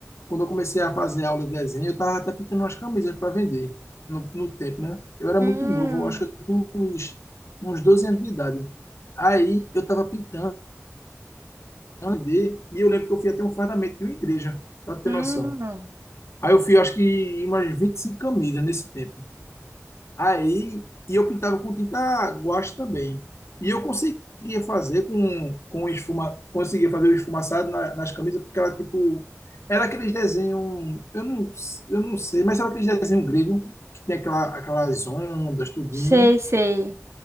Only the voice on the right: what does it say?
Hum,
hum,
sei, sei.